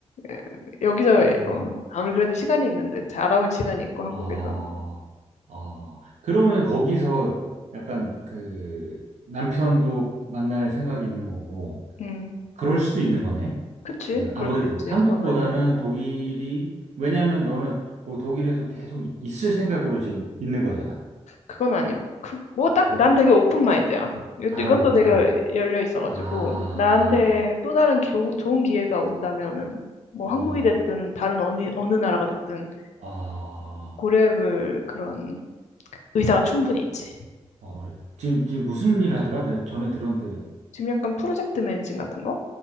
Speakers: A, on the left; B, on the right.
A: 에, 여기서
B: 음.
A: 어, 아무리 그래도 시간이 있는데 알아온 시간이 있고 한국에서.
B: 아, 아. 그러면 거기서 약간 그 남편도 만날 생각이 있는 거고,
A: 음,
B: 그럴 수도 있는 거네.
A: 그치?
B: 그
A: 그럴
B: 아무래도
A: 수 있지.
B: 한국보다는
A: 아무래도
B: 독일이, 왜냐면 너는 뭐 독일에서 계속 있을 생각으로 지금 있는 거잖아.
A: 그건 아니. 그, 뭐 딱
B: 그,
A: 난 되게 오픈 마인드야. 이것도
B: 아,
A: 이건
B: 오픈
A: 또 되게
B: 마인드.
A: 열려 있어가지고
B: 아,
A: 나한테 또 다른 교- 좋은 기회가 온다면은 뭐
B: 어,
A: 한국이 됐든 다른 어디 어느 나라가 됐든
B: 아,
A: 고려해볼 그런 의사가 충분히 있지.
B: 어. 그래. 지금, 지금 무슨 일 하더라? 내가 전에 들었는데,
A: 지금 약간 프로젝트 매니징 같은 거